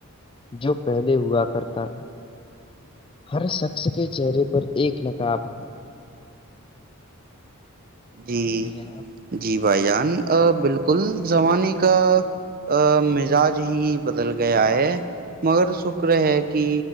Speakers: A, on the left; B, on the right.
A: جو پہلے ہوا کرتا تھا ہر شخص کے چہرے پر ایک نقاب ہے
B: جی
A: جناب
B: جی
A: فرمائیے۔
B: بھائی جان بالکل زمانے کا ا مزاج ہی بدل گیا ہے مگر شکر ہے کہ